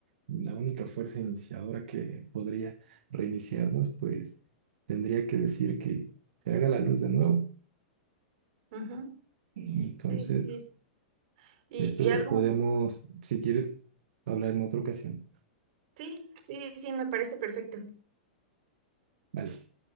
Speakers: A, on the right; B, on the right.
A: la única fuerza iniciadora que podría reiniciarnos, pues tendría que decir que se haga la luz de nuevo.
B: ujú.
A: Entonces,
B: Sí, sí, sí. Y,
A: esto
B: y
A: lo
B: algo,
A: podemos, si quieres, hablar en otra ocasión.
B: sí, sí, sí, me parece perfecto.
A: Vale.